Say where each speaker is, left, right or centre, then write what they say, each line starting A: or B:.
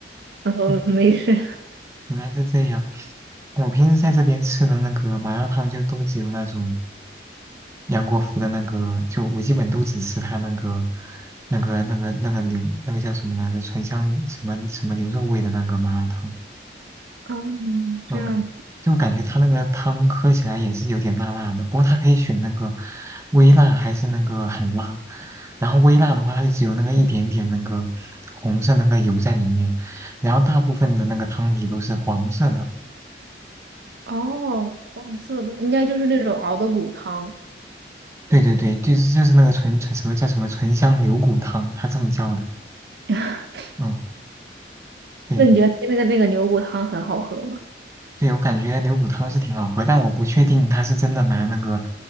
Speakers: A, on the right; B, on the right.
A: 嗯，
B: 嗯
A: 没事。
B: 原来是这样。我平时在这边吃的那个麻辣烫，就都只有那种杨国福的那个，就我基本都只吃他那个、那个、那个、那个牛，那个叫什么来着？醇香什么什么牛肉味的那个麻辣烫。
A: 哦，这样。
B: 嗯，就感觉它那个汤喝起来也是有点辣辣的，不过它可以选那个微辣还是那个很辣。然后微辣的话，它就只有那个一点点那个红色那个油在里面，然后大部分的那个汤底都是黄色的。
A: 哦，黄色的应该就是那种熬的骨汤。
B: 对对对，就是就是那个纯纯什么叫什么醇香牛骨汤，它这么叫的。
A: <laughs>
B: 嗯，对
A: 那你觉得那个那个牛骨汤很好喝吗？
B: 对，我感觉牛骨汤是挺好喝，但我不确定它是真的拿那个